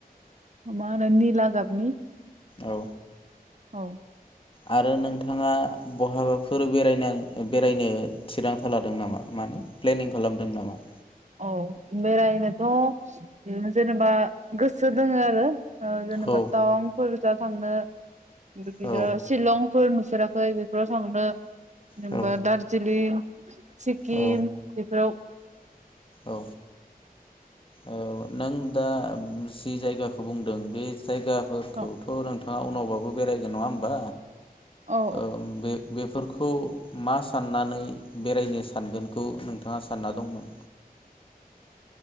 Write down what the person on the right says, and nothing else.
मा होनो निला गाबनि
औ।
औ बेरायनोथ' जेनेबा गोसो दोङो आरो। ओ जेनेबा
तावांफोर जा थांनो बिदिनो
शिलंफोर नुफेरा खै बेफोराव थांनो जेनबा
दार्जिलिं सिक्किम
बेफोराव
औ
औ